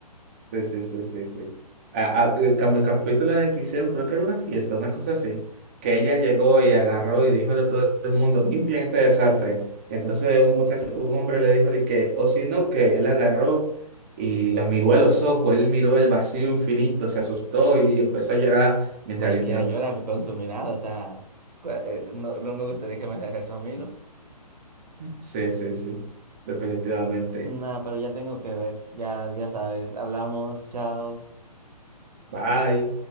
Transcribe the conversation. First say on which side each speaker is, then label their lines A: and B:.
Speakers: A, on the right; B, on the right.
A: Sí, sí, sí, sí, sí. Ah, ah, eh, como el capítulo en el que hicieron, creo que era una fiesta, una cosa así, que ella llegó y agarró y dijo a todo el mundo, limpien este desastre. Y entonces un muchacho, un hombre le dijo de que, o si no, que él agarró y la miró a los ojos, él miró el vacío infinito, se asustó y empezó a llorar mientras
B: Cualquiera
A: limpiaba.
B: llora con su mirada, o sea, cua- eh, no, no me gustaría que me haga eso a mí, ¿no?
A: Sí, sí, sí, definitivamente.
B: Nada, pero ya tengo que ver, ya, ya sabes, hablamos, chao.
A: Bye.